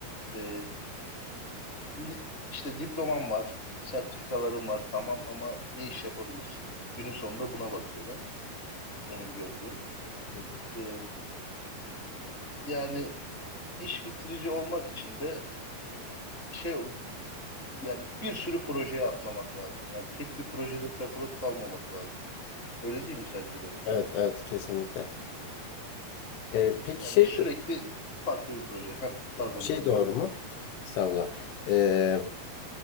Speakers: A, on the left; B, on the left.
A: E, li- işte diploman var, sertifikaların var tamam ama ne iş yapabilirsin? Günün sonunda buna bakıyorlar benim gördüğüm.
B: Hı hı.
A: Ee, yani iş bitirici olmak için de şey yani bir sürü projeye atlamak lazım. Yani tek bir projede takılıp kalmamak lazım. Öyle değil mi sence de?
B: Evet, evet kesinlikle. Ee, peki
A: Yani
B: şey
A: sürekli
B: do-
A: farklı bir proje. Heh, pardon
B: şey
A: böldüm
B: doğru
A: seni.
B: mu? Estağfurullah. Ee,